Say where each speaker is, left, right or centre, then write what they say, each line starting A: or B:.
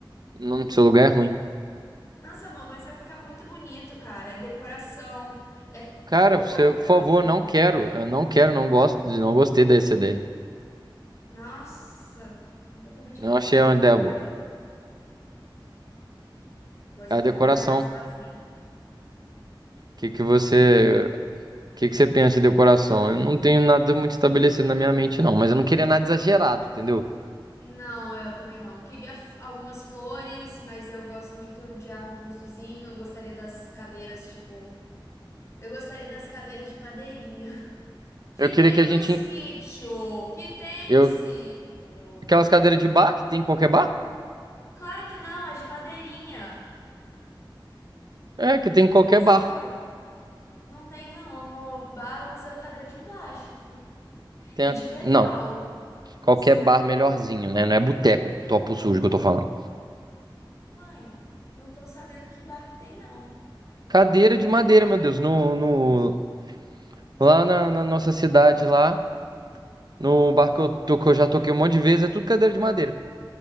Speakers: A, on the right; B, on the left.
A: Não, seu lugar é ruim.
B: Nossa, amor, mas vai ficar muito bonito, cara. É decoração, é
A: Cara,
B: tudo
A: você,
B: vai ficar
A: por favor,
B: bonito.
A: não quero. Eu não quero, não gosto, de- não gostei dessa ideia.
B: Nossa, tô completamente
A: Não
B: fechado.
A: achei uma ideia boa.
B: Vai, pois
A: A
B: então
A: decoração.
B: vai pagar sozinho.
A: O que que você, o que que você pensa em decoração? Eu não tenho nada muito estabelecido na minha mente, não. Mas eu não queria nada exagerado, entendeu?
B: Não, é, eu também não. Queria f- algumas flores, mas eu gosto muito de arbustozinho. Eu gostaria das cadeiras, tipo. Eu gostaria das cadeiras de madeirinha. <laughs> Que
A: Eu queria
B: tem
A: que a gente,
B: no sítio! Que tem
A: eu,
B: no sítio!
A: aquelas cadeiras de bar que tem em qualquer bar?
B: Claro que não, as de madeirinha,
A: É, que tem em
B: que
A: qualquer
B: era escura.
A: bar.
B: Não tem, não, amor. Bar usa cadeira de plástico
A: Tem
B: e
A: a-
B: de metal.
A: não, qualquer
B: Sim.
A: bar melhorzinho, né? Não é boteco, topo sujo que eu tô falando.
B: Uai, não tô sabendo que bar que tem, não.
A: Cadeira de madeira, meu Deus, no, no, lá na na nossa cidade lá. No bar que eu, to- que eu já toquei um monte de vezes, é tudo cadeira de madeira.